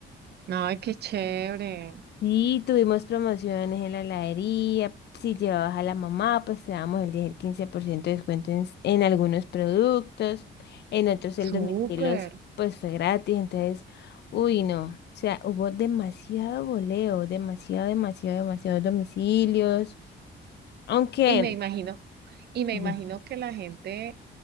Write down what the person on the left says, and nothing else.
Sí, tuvimos promociones en la heladería. Si llevabas a la mamá, pues te damos el 10 el 15% de descuento en, s- en algunos productos. En otros el
domicilio, es- pues fue gratis. Entonces, uy, no. O sea, hubo demasiado voleo, demasiado, demasiado, demasiados domicilios. Aunque,
di-